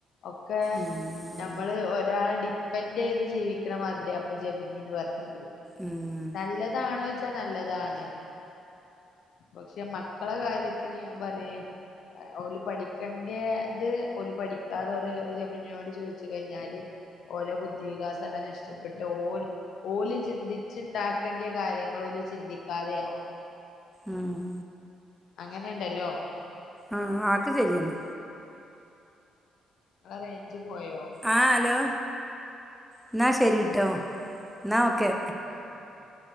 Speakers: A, on the left (about 70°); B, in the centre.
A: ഒക്കെ
B: ഉം
A: നമ്മള് ഒരാളെ ഡിപ്പെൻഡ് ചെയ്ത് ജീവിക്കണ മാതിരി അപ്പൊ ജെമിനീന്ന് പറഞ്ഞാല്
B: ഉം
A: നല്ലതാണോ ചോയി ച്ചാല് നല്ലതാണ് പക്ഷെ മക്കളെ കാര്യത്തില് ഞാൻ പറയേ ഓല് പഠിക്കണ്ടേത് ഓല് പഠിക്കാതെ ഓല് ജെമിനിയോട് ചോദിച്ചു കഴിഞ്ഞാല് ഓലെ ബുദ്ധിവികാസെല്ലാം നഷ്ടപ്പെട്ട് ഓല് ഓല് ചിന്തി ച്ചുണ്ടാക്കേണ്ടിയ കാര്യങ്ങൾ ഓല് ചിന്തിക്കാതെയാകും
B: ആഹ്
A: അങ്ങനെയുണ്ടല്ലോ
B: ആഹ് ആക്ക് ശരിയന്നെ
A: ഇങ്ങളെ റേഞ്ച് പോയോ
B: ആഹ് ഹലോ എന്നാ ശരിട്ടോ
A: ഏഹ്
B: എന്നാ ഓക്കെ
A: ആഹ് ആഹ് ആഹ്